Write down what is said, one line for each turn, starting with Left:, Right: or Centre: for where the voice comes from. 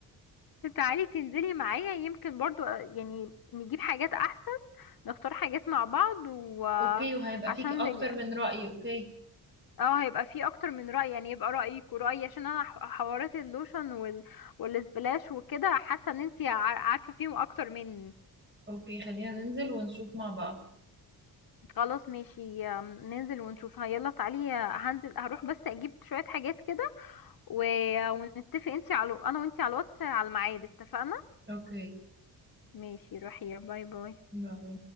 Left: تعالي تنزلي معايا يمكن برضو آه، يعني نجيب حاجات احسن نختار حاجات مع بعض وعشان
Right: اوكي وهيبقى فيك اكتر
Left: مج...
Right: من رأي اوكي
Left: اه هيبقى في اكتر من رأي يعني يبقى رأيك ورأيي عشان انا ح- حوارات اللوشن وال... والسبلاش وكده حاسه ان انتي ع- عارفه فيهم اكتر مني
Right: اوكي خلينا ننزل ونشوف مع بعض
Left: خلاص ماشي آم، ننزل ونشوفها يلا تعالي آه، هنزل هروح بس اجيب شويه حاجات كده و... ونتفق انتي على انا وانتي على الواتس على الميعاد اتفقنا
Right: اوكي
Left: ماشي روحي باي باي
Right: باي